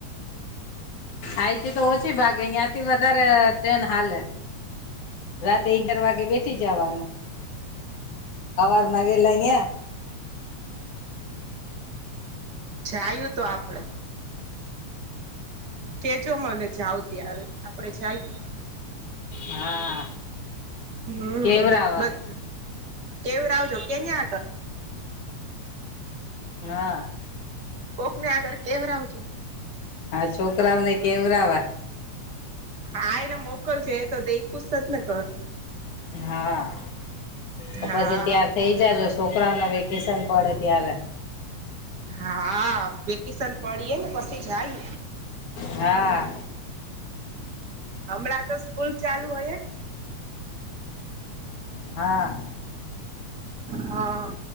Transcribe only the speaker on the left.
આઈથી તો ઓછી ભાગે, ન્યાં થી વધારે ટ્રેન હાલે. રાતે ઈગાર વાગે બેઠી જવાનું, હવાર માં વહેલા ઈયાં.
હા
કેવરાવા
હા.
હા, છોકરાઓને કેવરાવા.
હા. તો
પછી ત્યાર થઇ જોજો સોકરાઓના વેકેશન પડે ત્યારે.
હા.
હા.